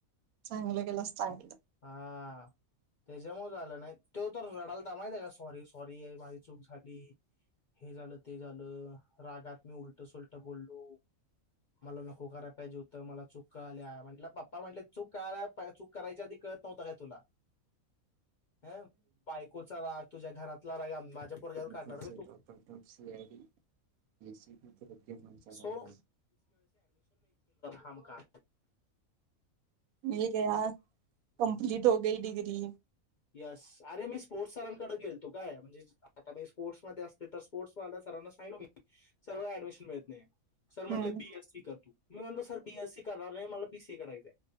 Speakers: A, on the right; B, on the left.
A: चांगलं केलास चांगलं
B: हा त्याज्यामुळे झालं नाही तो तर रडालता माहितेका सॉरी सॉरी माझी चूक झाली हे झालं ते झालं रागात मी उलट सुल्ट बोललो मला नको करायला पाहिजे होतं मला चूक कलाल्या म्हटलं पप्पा म्हटले चूक कलाल्या चूक करायची आधिक कळत नव्हता काय तुला हं बायकोचा राग तुझ्या घरातला राग पोरग्यावर काढणार
A: इपण
B: बे
A: सेप
B: तू
A: ट ट स याडी एसीबी तद्ध माचाडली
B: सो म का
A: मील गया कंम्पीट हो गई डिग्री
B: यस अरे मी स्पोर्ट्स सरांकडे गेलतो काय म्हणजे आता मी स्पोर्ट्स मध्ये असते तर स्पोर्ट्सल्या सरांना सांगलो मी सर्व ऍडमिशन मिळत नाही हाय सर म्हंटले
A: हम्म
B: बीएस सी करतू मी म्हणतो सर बीएसी करणार नाही मला बी सी ए करायचाय